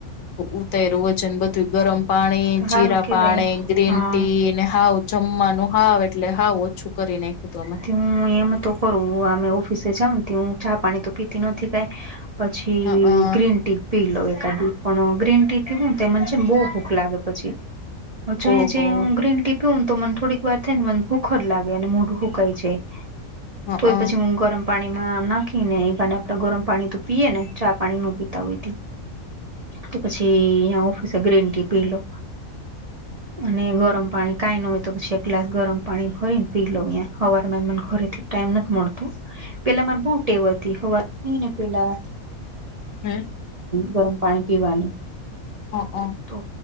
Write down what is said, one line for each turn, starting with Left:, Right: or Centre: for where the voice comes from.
Left: ઉતારીર્યું વજન બધું ગરમ પાણી
Right: તો
Left: જીરા
Right: સારું કેવાય
Left: પાણી ગ્રીન
Right: હા
Left: ટી ને હાઉ જમવાનું હાવ એટલે હાવ ઓછું કરી નાખ્યું તું અમે
Right: થી હું એમ તો કરું અમે ઓફિસે જાવ ને હું ચા પાણી તો પીતી નથી કાઈ પછી
Left: હઅ
Right: ગ્રીન ટી. પી લઉ એકાદી પણ ગ્રીન ટી પીવું તે મને છે ને બહુ ભૂખ લાગે પછી. પછી
Left: ઓહો
Right: જે હું ગ્રીન ટી પીઉ ને તો મને થોડીક વાર થઈ ને મને ભૂખ જ લાગે અને મોઢ સુકાઈ જાય
Left: હઅ
Right: તો એ પછી હું ગરમ પાણી માં નાખી ને એ બહાને આપણે ગરમ પાણી તો પીએ ને ચા પાણી ન પીતા હોય. તો પછી અયા ઓફિસે ગ્રીન ટી પીલવ. અને ગરમ પાણી કાઈ ન હોય તો પછી એક ગ્લાસ ગરમ પાણી ભરીન પી લવ એમ સવારમાં મને ઘરેથી ટાઈમ નથી મળતો. પહેલા મારી બોવ ટેવ હતી સવારમાં ઉઠીને પહેલા
Left: હમ
Right: ગરમ પાણી પીવાની
Left: હા હા.
Right: તો